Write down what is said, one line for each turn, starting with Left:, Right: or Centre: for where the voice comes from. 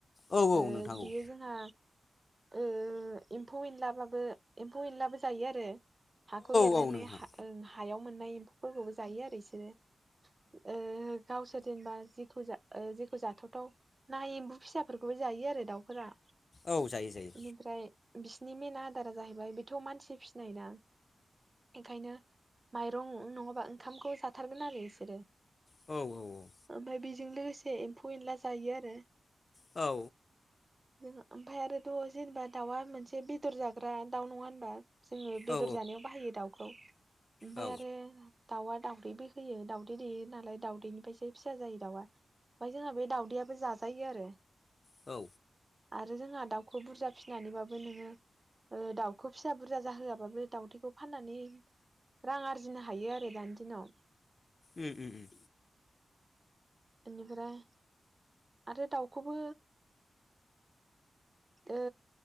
Left: औ
Right: ओ
Left: औ नोंथां औ
Right: बियो जोंहा ओ एम्फौ एनला बाबो एम्फौ एनलाबो जायो आरो खौ एरनानै
Left: औ नोंथां
Right: हायाव मोननाय एम्फौफोरखौबो जायो आरो इसोरो ओ गावसोर जेनबा जेखौ ओ जेखौ जाथावथाव ना एम्फौ फिसाफोरखौबो जायो आरो दाउफोरा
Left: औ जायो जायो
Right: बेनिफ्राय बिसिनि मेन आदारा जाहैबाय बेथ' मानसि फिसिनाय ना ओंखायनो माइरं नङाबा ओंखामखौ जाथारगोन आरो इसोरो
Left: औ औ औ
Right: ओमफ्राय बेजों लोगोसे एम्फौ एनला जायो आरो
Left: औ
Right: जों ओमफ्राय आरोथ' जेनेबा दाउआ मोनसे बेदर जाग्रा दाउ नङा होनबा जोङो बेदर
Left: औ
Right: जानायाव बे दावखौ ओमफाय
Left: औ
Right: आरो दाउआ दाउदैबो होयो दाउदै दैेयो नालाय दाउदैनिफ्रायसो फिसा जायो दाउआ ओमफाय जोंहा बे दाउदैयाबो जाजायो आरो
Left: औ
Right: आरो जोंहा दाउखौ बुरजा फिसिनानैबाबो नोङो ओ दाउखौ फिसा बुरजा जाहोआबाबो दाउखौ फाननानै रां आरजिनो हायो आरो दानि दिनाव
Left: उम उम उम
Right: ओनिफ्राय आरो दाउखौबो ओ